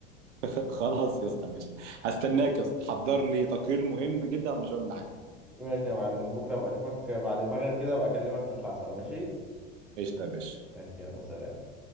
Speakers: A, on the right; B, in the centre.
A: <laughs> خلاص يا اسطى ماشي هستناك يا اسطى حضر لي تقرير مهم جدا على مشروع النعام
B: ماشي يا معلم بكره ابقى اشوفك بعد المغرب كده ابقى اكلمك نطلع سوا ماشي
A: قشطة يا باشا
B: ماشي يلا سلام